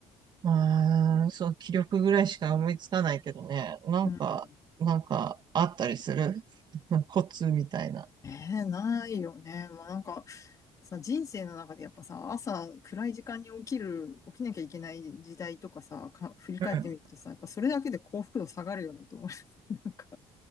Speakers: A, on the right; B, on the left.
A: うーん、そう、気力ぐらいしか思いつかないけどね。なんか、
B: うん。
A: なんか、あったりする <laughs> コツみたいな。
B: えー、ないよね。もうなんかさ、人生の中でやっぱさ、朝暗い時間に起きる、起きなきゃいけない時代とかさ、か、振り返ってみるとさ、
A: うん。
B: やっぱそれだけで幸福度下がるよねと思う。<laughs> なんか、